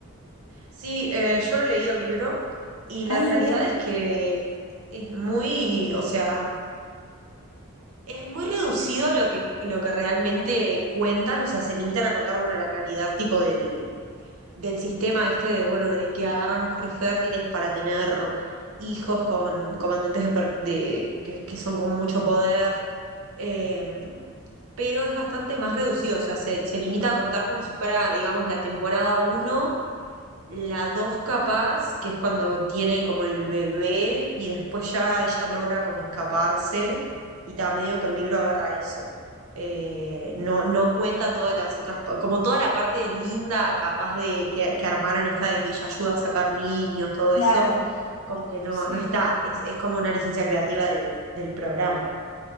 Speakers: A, on the right; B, on the left.
A: Sí, eh, yo lo leí el libro y la
B: Ah,
A: realidad
B: bien,
A: es que es muy, o sea, es muy reducido lo que, lo que realmente cuentan, o sea, se limitan a contar, bueno, la realidad tipo del, del sistema este de, bueno, de que agarran mujeres fértiles para tener hijos con comandantes de, per- de- que, que son con mucho poder, eh, pero es bastante más reducido, o sea, se, se limita a contar como si fuera, digamos, la temporada uno. La dos capaz, que es cuando tiene como el bebé y después ya ella logra como escaparse y ta, medio que el libro agarra eso. Eh, no, no cuenta todas las otras, pa- como toda la parte de linda capaz de que, que armaron esta de que ella ayuda a sacar niños, todo
B: claro,
A: eso, como que no,
B: sí.
A: no está, es, es como una licencia creativa del, del programa.